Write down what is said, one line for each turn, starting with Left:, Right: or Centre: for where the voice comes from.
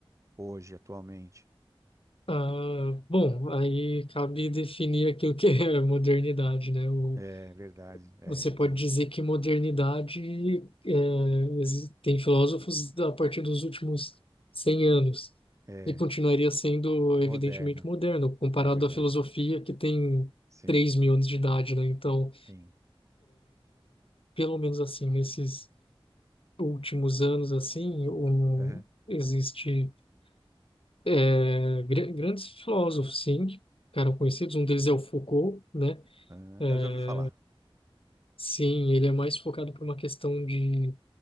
Right: hoje, atualmente?
Left: Ah, bom, aí cabe definir aqui o que <laughs> é modernidade, né? O,
Right: É verdade. É,
Left: você pode
Right: tem,
Left: dizer que modernidade é, exi- tem filósofos a partir dos últimos 100 anos
Right: É,
Left: e continuaria sendo
Right: moderno,
Left: evidentemente moderno, comparado
Right: é verdade.
Left: à filosofia que tem
Right: Sim,
Left: três mil anos de idade, né? Então,
Right: sim.
Left: pelo menos assim, nesses últimos anos, assim, um,
Right: Aham,
Left: existe é, gra- grandes filósofos, sim, que ficaram conhecidos. Um deles é o Foucault, né?
Right: aham.
Left: É,
Right: É, Eu já ouvi falar.
Left: sim, ele é mais focado por uma questão de